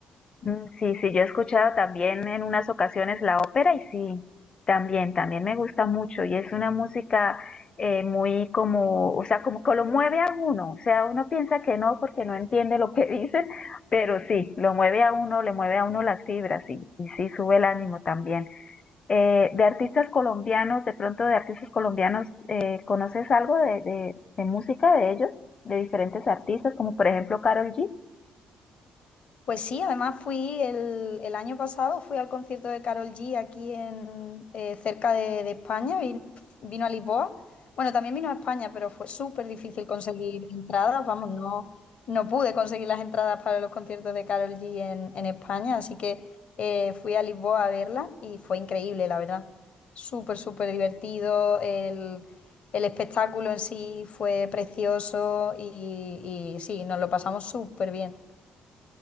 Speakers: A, on the left; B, on the left.
A: Mm, Sí, sí, yo he escuchado también en unas ocasiones la ópera y sí, también, también me gusta mucho y es una música eh, muy como, o sea, como que lo mueve a uno, o sea, uno piensa que no porque no entiende lo que <laughs> dicen, pero sí, lo mueve a uno, le mueve a uno las fibras y, y sí, sube el ánimo también. Eh, de artistas colombianos, de pronto de artistas colombianos, eh, ¿conoces algo de, de, de música de ellos, de diferentes artistas, como por ejemplo Karol G?
B: Pues sí, además fui el, el año pasado, fui al concierto de Carol G aquí en, eh, cerca de, de España, vin- vino a Lisboa. Bueno, también vino a España, pero fue súper difícil conseguir entradas, vamos, no, no pude conseguir las entradas para los conciertos de Carol G en, en España, así que eh, fui a Lisboa a verla y fue increíble, la verdad. Súper, súper divertido, el, el espectáculo en sí fue precioso y, y sí, nos lo pasamos súper bien.